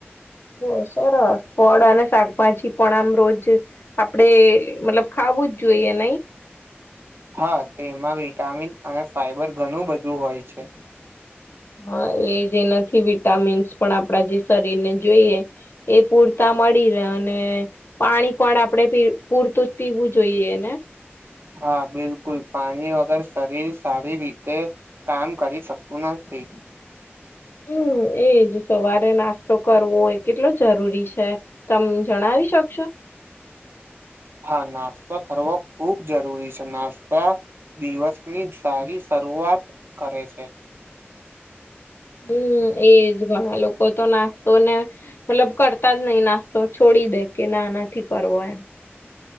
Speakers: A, on the left; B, on the right.
A: બો સરસ ફળ અને શાકભાજી પણ આમ રોજ આપડે મતલબ ખા વું જ જોઈએ નઈ
B: હા તેમાં વિટામિન અને ફાઈબર ઘણું બધું હોય છે.
A: હા એ જ એનાથી વિટામિન્સ પણ આપણા જે શરીરને જોઈએ એ પૂર તા મળી રહે અને પાણી પણ આપણેે પી પૂરતું જ પીવું જોઈએને
B: હા બિલકુલ પાણી વગર શરીર સારી રીતે કમ કરી શકતું નથી
A: હમ. એજ સવારે નાસ્તો કરવો એ કેટલો જરૂરી છે, તમે જણાવી શકશો?
B: હા નાસ્તો કરવો ખૂબ જરૂરી છે, નાસ્તા દિવસની સારી શરૂઆત કરે છે.
A: હમ એજ ઘણા લોકો તો નાસ્તો ને મતલબ કરતા જ નહી નાસ્તો છો ડી દે કે ના નથી કરવો એમ